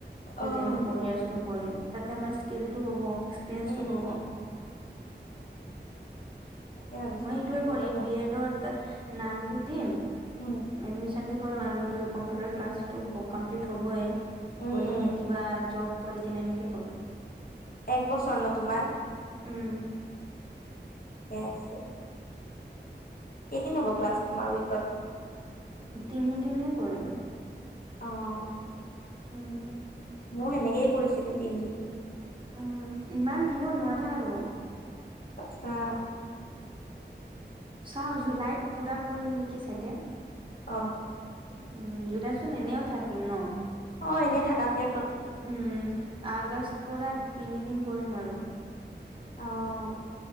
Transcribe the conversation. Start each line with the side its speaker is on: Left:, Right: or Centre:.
Right: যদি
Left: উম,
Right: আমি ফ'ৰ ইয়াৰ্চ টু কৰিম তাতে আমাৰ স্কিলটো হ'ব এক্সপেৰিয়েন্ঞ্চটো
Left: উম।
Right: হ'ব।
Left: তাকে ভাবিছো
Right: মই এইটোৱে
Left: কি কম
Right: কৰিম
Left: ৰ'বা।
Right: বি এডৰ নামটো দিম
Left: উম,
Right: এডমিচন আৰু এইটো কম্পিউটাৰ ক্লাছটো কমপ্লিট হ'বয়ে
Left: উম,
Right: কৰি
Left: উম,
Right: কিনে কিবা জব। কৰি কিনে এনেকে কৰে।
Left: এক বছৰ ন তোমাৰ
Right: উম
Left: ঠিকে আছে এইদিন হব ক্লাছ তোমাৰ উইকত
Right: তিনি দিনে কৰে।
Left: অ',
Right: উম,
Left: মোৰ সেনেকে কৰিছিলি তিনদিন।
Right: উম, ইমান দিব নোৱাৰা আৰু।
Left: পইছা
Right: চাও জুলাইত পুৰা কৰিম নেকি চাগে।
Left: অ,
Right: উম, জুলাইতচোন এনেও থাকিম ন।
Left: অ, এনেই থাকাতাকে
Right: উম, আগষ্ট পৰা তিনিদিন কৰিম আৰু।
Left: অহ